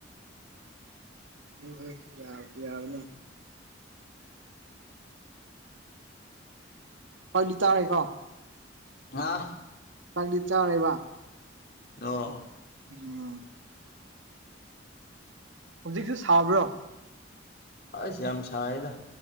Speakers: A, on the right; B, on the left.
A: ꯑꯗꯨ ꯍꯦꯛ ꯌꯥꯕ ꯌꯥꯕꯅꯦ ꯑꯩꯗꯤ ꯇꯥꯔꯦꯀꯣ
B: ꯑ
A: ꯄꯪꯗꯤ ꯆꯥꯎꯔꯦꯕ
B: ꯑꯣ
A: ꯎꯝ ꯍꯧꯖꯤꯛꯁꯨ ꯁꯥꯕ꯭ꯔꯣ
B: ꯑꯁ ꯌꯥꯝ ꯁꯥꯏꯗ